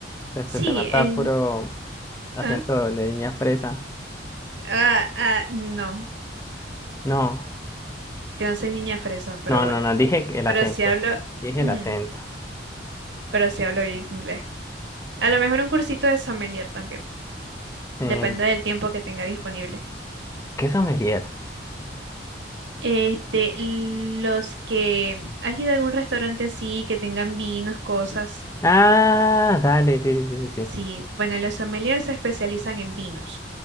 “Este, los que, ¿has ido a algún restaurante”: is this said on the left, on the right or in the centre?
Right